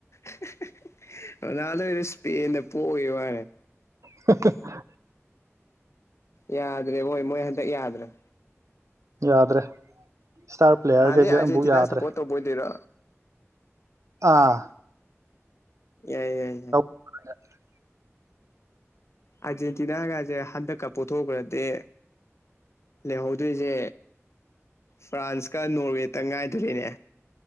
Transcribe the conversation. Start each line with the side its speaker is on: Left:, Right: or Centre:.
Left: <unintelligible> ꯔꯣꯅꯥꯜꯗꯣꯏꯗꯣ ꯁ꯭ꯄꯦꯟꯗ ꯄꯣꯒꯤ ꯋꯥꯅꯦ
Right: ꯍꯍ
Left: ꯌꯥꯗ꯭ꯔꯦ ꯃꯣꯏ ꯃꯣꯏ ꯍꯟꯗꯛ ꯌꯥꯗ꯭ꯔꯝ
Right: ꯌꯥꯗ꯭ꯔꯦ ꯁ꯭ꯇꯥꯔ ꯄ꯭ꯂꯦꯌꯥꯔꯒꯩꯖꯦ
Left: ꯍꯥꯟꯅꯗꯩ ꯑꯥꯔꯖꯦꯟꯇꯤꯅꯥ
Right: ꯑꯝꯕꯨꯛ ꯌꯥꯗ꯭ꯔꯦ
Left: ꯁꯞꯄꯣꯔꯠ ꯇꯧꯕ ꯑꯣꯏꯗꯣꯏꯔꯥ
Right: ꯑꯥ
Left: ꯌꯥꯏ ꯌꯥꯏ ꯌꯥꯏ
Right: <inaudible>
Left: ꯑꯥꯔꯖꯦꯟꯇꯤꯅꯥꯒꯥꯖꯦ ꯍꯟꯗꯛꯀ ꯄꯣꯊꯣꯛꯒ꯭ꯔꯗꯤ ꯂꯩꯍꯧꯗꯣꯏꯖꯦ ꯐ꯭ꯔꯥꯟꯁꯀ ꯅꯣꯔꯋꯦꯇꯪ ꯉꯥꯏꯗꯨꯔꯦꯅꯦ